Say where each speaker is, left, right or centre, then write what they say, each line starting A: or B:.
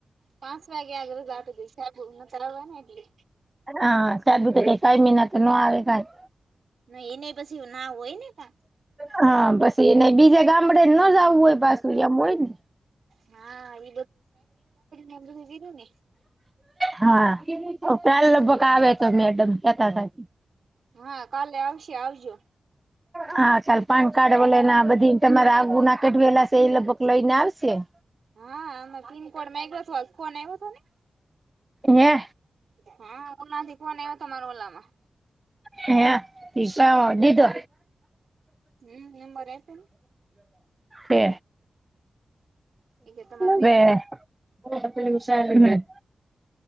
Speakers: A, on the right; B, on the right.
A: પાંચ વાગ્યા <inaudible> જાબુ ને કરાવાને એટલે
B: આ-આ-આ તો બી તે કઈ કાઈ મેના તો ન આવે કાઈ
A: નઈ એને પછી ના ઓય ને કા
B: કામ પસી એને બીજા ગામડે ન જાવું હોય પાસુ એમ હોય ને
A: ના-ના-ના એ બધું <inaudible> કીધું ને
B: હાઆ-આ-આ ઓ કાલ લગભગ આવે તો મેડમ નેતા થાય
A: હઆ કાલે આવશે આવજો.
B: હા ચાલ પાનકાર્ડ વલેને બધી તમારા આવ ગુના કેઢવેલા સે એ લગભગ લઈ ને આવશે.
A: હઅ-અ-અ અમે પિનકોડ માયગો છલ કોને હતો ને
B: હે
A: હા <inaudible> આયવો તો માર ઓલામાં
B: હે દીતાવો દીધો
A: હમ નંબર આપ્યો ને
B: દે
A: એ કે તમારે પિન
B: વે હમ્મ
A: હમ